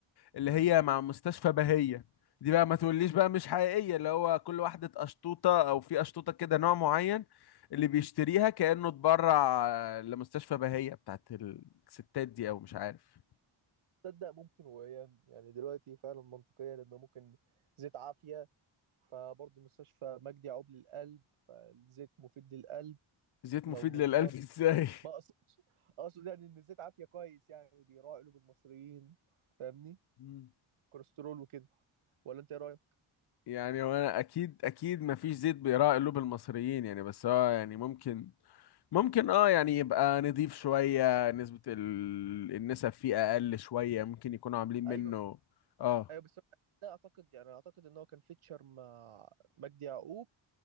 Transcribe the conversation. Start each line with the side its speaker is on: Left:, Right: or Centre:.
Left: اللي هي مع مستشفى بهية دي بقى ما تقوليش بقى مش حقيقية اللي هو كل واحدة قشطوطة او في قشطوطة كده نوع معين اللي بيشتريها كأنه اتبرع لمستشفى بهية بتاعت الستات دي او مش عارف
Right: تصدق ممكن وايام يعني دلوقتي فعلا منطقيه لانه ممكن زيت عافيه فبرضه مستشفى مجدي يعقوب للقلب فالزيت مفيد للقلب
Left: زيت
Right: لو
Left: مفيد
Right: مش
Left: للقلب
Right: ضار
Left: ازاي
Right: ما اقصدش اقصد يعني ان الزيت عافيه كويس يعني بيراعي قلوب المصريين فاهمني
Left: <laughs>
Right: كوليسترول وكده ولا انت ايه رايك
Left: يعني هو انا اكيد اكيد مفيش زيت بيراعي قلوب المصريين يعني بس هو يعني ممكن ممكن اه يعني يبقى نضيف شوية نسبة ال... النسب فيه اقل شوية ممكن يكونوا عاملين
Right: ايوه
Left: منه اه
Right: ايوه بس لا اعتقد يعني اعتقد ان هو كان فيتشر مع مجدي يعقوب